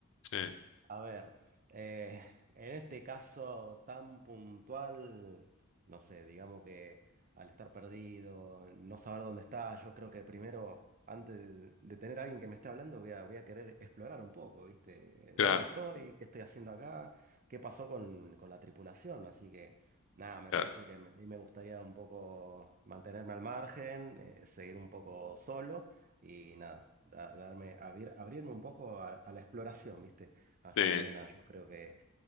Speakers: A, on the left; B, on the right.
A: sí,
B: a ver, eh, en este caso tan puntual, no sé, digamos que al estar perdido, no saber dónde está, yo creo que primero, antes de, de tener a alguien que me esté hablando, voy a, voy a querer explorar un poco, ¿viste?
A: claro,
B: ¿Dónde estoy? ¿Qué estoy haciendo acá? ¿Qué pasó con, con la tripulación? Así que, nada, me
A: claro.
B: parece que me, ahí me gustaría un poco mantenerme al margen, eh, seguir un poco solo y nada, da- darme, abrir- abrirme un poco a a la exploración, ¿viste? Así
A: Sí,
B: que nada, yo creo que